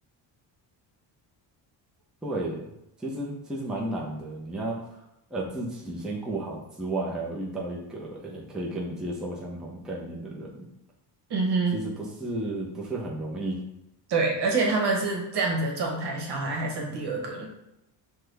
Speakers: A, in the centre; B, on the right.
A: 对耶，其实其实蛮难的，你要呃自己先顾好之外，还要遇到一个诶可以跟你接受相同概念的人，
B: 嗯哼，
A: 其实不是不是很容易。
B: 对，而且他们是这样子的状态，小孩还生第二个了。